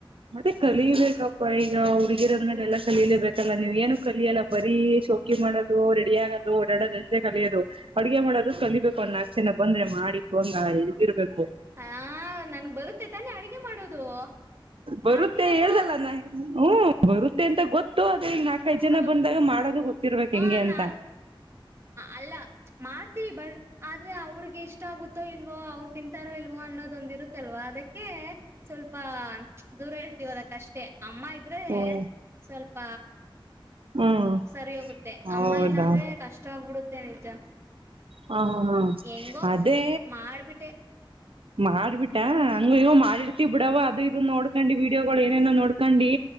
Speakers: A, on the right; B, on the right.
A: ಅದೆ ಕಲಬೇಕಪ್ಪ ಈ ನಾವು ಬಗರೋ್ರೇ
B: ಹ್ಮ್
A: ಎಲ್ಲಲೇಬೇಕು ತ್ತಲ್ಲ ನೀವು ಏನು ಕಲಿಯಲ್ಲ ಬರೀ ಶೋಕಿ ಮಾಡೋದು ರೆಡಿ ಆಗೋದು ಓಡಾಡೋದು ಅಷ್ಟೇ ಕಲಿಯೋದು ಅಡ್ಗೆ ಮಾಡೋದು ಕಲಿಬೇಕು ಒನ್ ನಾಲ್ಕು ಜನ ಬಂದ್ರೆ ಮಾಡಿಿಕು ಹಂಗ ಇ್ದಿರ್ಬೇಕು
B: ಹ ನನ್ಗ್ ಬರುತ್ತೆ ತಾನೆ ಅಡಗೆ ಮಾಡೋದು
A: ಬರುತ್ತೆ
B: ಮಾಡ್ತೀನಲ್ವಾ
A: ಹೇಳ್್ದಲ್ಲನಾ ಹ್ಮ ಬರುತ್ತೆ ಅಂತ ಗೊತ್ತು ಅ ಈಗ ನಾಕಐದ್
B: ಹ್ಮ
A: ಜನ ಬಂದಾಗ ಮಾಡೋದು ಗೊತ್ತಿರ್ಬೇಕಕ್
B: ಹ
A: ಹೆಂಗೆ ಅಂತ
B: ನಾಲ್ಕ ಅಲ್ಲ ಮಾ ಮಾಡ್ತೀವಿ ಬ ಆದ್ರೆ ಅವ್ರಿಗೆ ಇಷ್ಟ ಆಗುತ್ತೋ ಇಲ್ವೋ ಅವ್ರರು ತಿನ್ಂತಾರೋ ಇಲ್ವೋ ಅನ್ನೋದೊಂದಿರುತ್ತಲ್ವಾ ಅದಕ್ಕೆ ಸ್ವಲ್ಪ ದೂರ ಇರ್ ೋದಕ್ಕಷ್ಟೇ ಅಮ್ಮ ಇದ್ರೆ
A: ಹ್ಮ್
B: ಸ್ವಲ್ಪ
A: ಹ್ಮ್
B: ಸರಿ ಹೋಗುತ್ತೆ
A: ಹೌದಾ
B: ಅಮ್ಮ ಇಲ್ಲಾ ಅಂದ್ರೆ ಕಷ್ಟ ಆಗ್ಬಿಡುತ್ತೆ ನಿಜ
A: ಹ ಹಾ ಹಾ
B: ಹೆಂಗೋ
A: ಅದೇ
B: ಮಾಡ್ಬಿಟ್ಟೆ
A: ಮಾರ್ಬಿಟ್ಟ ಹಂಗ ಇವೋ ಮಾಡಿರ್ತಿೀ ಬಿಡವ ಅದು ಇದ ನೋಡ್ಕೊಂಡಿ ವಿೀಡಿಯೋಗಳು ಏನೇನೋ ನೋಡ್ಕೊಂಡಿ